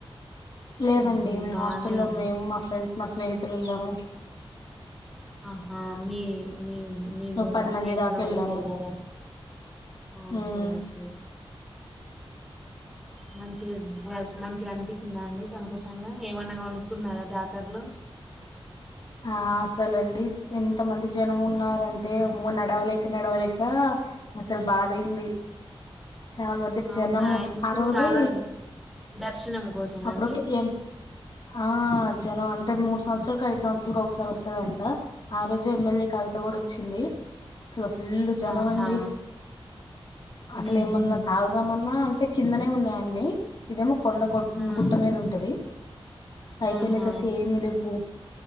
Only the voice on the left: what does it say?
లేదండి
మీ
హాస్ట లో
మేము మా ఫ్రెండ్స్ మా స్నేహితుల ఎలాము
ఒక పది
మంది దాకా
వెళ్ళాము
ఉమ్
ఆ అసలండి ఎంత మంది జనం ఉన్నారంటే అమ్మో నడవలేక నడవలేక అసలు బాధయింది చాలా మంది
జనము
ఆ రోజే
అప్పుడుొక
ఏం ఆ జోనో అంటే మూడు సంవత్సరకు అయిత్ సంవత్సరకి ఒకసారి వస్తుదంట ఆ రోజు ఎమ్మెల్యే కవిత కూడా వచ్చింది అసలు ఫుల్ జనం
అండి అసలు
ఏమన్నా తాగుదామన్నా టే కిందనే ఉన్నాయి అన్ని ఇదేమో కొండ గోట్
గుట్ట మీద ఉంటది పై
కెళ్ళే సరికి ఏమి లేవ్వు